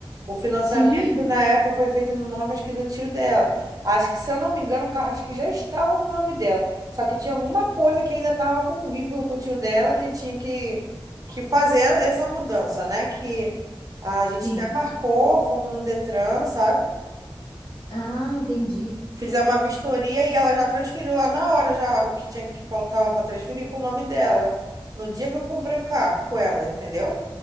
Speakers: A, on the right; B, on the left.
A: O financiamento
B: Sim,
A: na época foi feito no nome, acho que do tio dela. Acho que, se eu não me engano, o carro acho que já estava no nome dela. Só que tinha alguma coisa que ainda estava com vínculo com o tio dela que tinha que, que fazer essa mudança, né? Que a
B: sim.
A: gente até marcou, fomos no Detran, sabe?
B: Ah, entendi.
A: Fizemos uma vistoria e ela já transferiu lá na hora já o que tinha que faltava para transferir pro nome dela. No dia que eu comprei o carro com ela, entendeu?